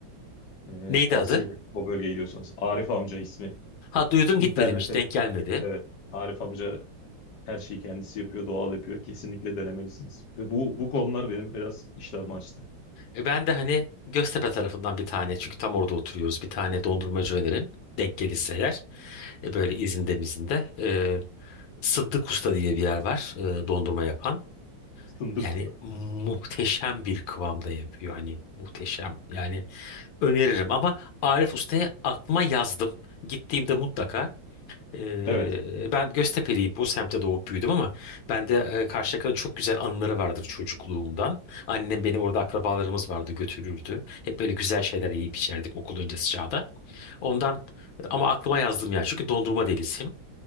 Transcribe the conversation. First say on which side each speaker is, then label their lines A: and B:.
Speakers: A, on the left; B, on the left.
A: Ee,
B: Neydi
A: tavsiye
B: adı?
A: ederim o bölgeye gidiyorsanız. Arif amca ismi.
B: Ha duydum
A: İnternette.
B: gitmedim hiç denk gelmedi.
A: Evet. Arif amca her şeyi kendisi yapıyor, doğal yapıyor. Kesinlikle denemelisiniz. Ve bu, bu konular benim biraz iştahımı açtı.
B: E, ben de hani Göztepe tarafından bir tane çünkü tam orada oturuyoruz bir tane dondurmacı önerim. Denk gelirse eğer e, böyle izinde mizinde. E, Sıddık Usta diye bir yer var e, dondurma yapan.
A: Fındık
B: Yani
A: usta.
B: muhteşem bir kıvamda yapıyor hani muhteşem. Yani öneririm ama Arif Usta'ya aklıma yazdım. Gittiğimde mutlaka Ee,
A: Evet.
B: ben Göztepe'liyim. Bu semtte doğup büyüdüm ama bende e, Karşıyaka'nın çok güzel anıları vardır çocukluğumdan. Annem beni orada akrabalarımız vardı götürürdü. Hep böyle güzel şeyler yiyip içerdik okul öncesi çağda. Ondan ama aklıma yazdım ya çünkü dondurma delisiyim.